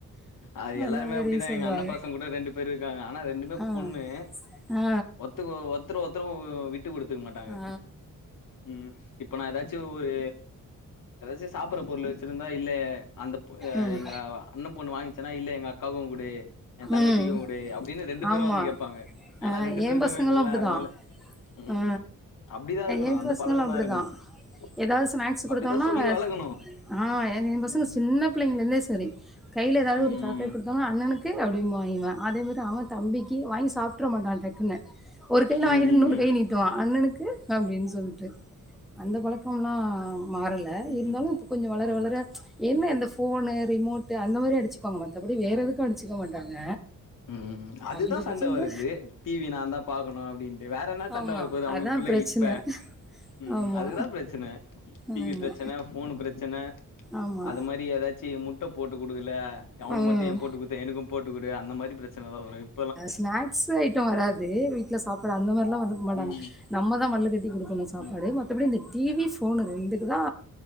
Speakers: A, on the left (about 80°); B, in the centre.
A: அது எல்லாருமே
B: அந்த மாரி
A: அப்டிதா
B: சொல்லுவாங்க
A: எங்க அண்ண பசங்கூட ரெண்டு பேரு இருக்காங்க ஆனா ரெண்டுமே
B: ஆ
A: பொண்ணு
B: ஆ
A: த்துகோ ஒர்த்தர ஒர்த்தரு அ விட்டு குடுத்துக்க மாட்டாங்க
B: ஆ
A: ம் இப்ப நா எதாச்சு ஒரு எதாச்சு சாப்புட்ற பொருளு வெச்சிருந்தா இல்லயே அந்தப் பொ எ
B: ம்
A: எங்க வா அண்ணம்பொண்ணு வாங்கிச்சுனா இல்ல எங்கக்காக்கு குடு எ தங்கச்சிக்கு
B: ம்
A: குடு அப்டின்னு ரெண்டு பேரு
B: ஆமா
A: வந்து கேப்பாங்க ஆனா
B: ஆ
A: ரெண்டு
B: ஏ
A: பேருக்கு
B: பசங்களு
A: வேணுல்ல
B: அப்டிதா
A: அதுனால ம்
B: ஆ
A: அப்டிதா இருக்கணு
B: ஏ
A: அந்த
B: பசங்களு
A: பழக்கந்தா
B: அப்டிதா
A: இருக்கணு
B: ஏதாவது
A: ம்
B: ஸ்நாக்ஸ்
A: அப்டித்தா
B: குடுத்தோனா
A: சொல்லி வளக்கணு
B: ஆ எ எ பசங்க
A: ம்
B: சின்ன பிள்ளைங்கல இருந்தே செரி கைல எதாவ்
A: ம்
B: ஒரு சாக்லேட் குடுத்தது அண்ணனுக்கு அப்டின்ம்பா இவ அதே மாரி அவ தம்பிக்கு வாங்கி சாப்ட்ற மாட்டா டக்குனு ஒரு கைல
A: ம்
B: வாங்கிட்டு இன்னொரு
A: ம் ம்
B: கை நீட் டுவா அண்ணனுக்கு அப்டின் சொல்ட்டு அந்த பழக்கம்லா மாறல
A: ம்
B: இருந்தாலு இப்ப கொஞ்ச வளர
A: ம்
B: வளர என்ன இந்த ஃபோனு ரிமோட்டு் அந்த மாரி அடிச்சுக்குவாங்க மத்தபடி வேற எதுக்கு அடிச்சிக்க மாட்டாங்க
A: ம் ம் அதுதா
B: அதிகபட்ச
A: சண்ட
B: இந்த
A: வருது டி வி நாந்தா பாக்கணு அப்டின்ட்டு வேற என்ன சண்ட
B: ஆமா
A: வர போகுது அவ்ங்களுக்குள்ள
B: அதா பிரச்சன
A: இப்ப ம்
B: ஆமா
A: அதுதா பிரச்சன டி
B: ஆமா
A: வி பிரச்சன ஃபோனு பிரச்சன
B: ஆமா
A: அத மாரி எதாச்சு முட்ட போட்டு குடுக்கல அவனுக்கு
B: ம்
A: மட்டு ஏ போட்டு குடுத்த எனக்கு போட்டுக்குடு அந்த மாரி பிரச்சன தா வரு இப்
B: அ ஸ்நாக்ஸ் ஐட்ட வராது வீட்ல சாப்பாடு அந்த மார்லா வரக்க மாட்டாங்க
A: ம்
B: நம்ம தா மல்லுக்கட்டி குடுக்கணு சாப்பாடு
A: ம்
B: மத்தபடி இந்த டி வி ஃபோனு ரெண்டுக்கு தா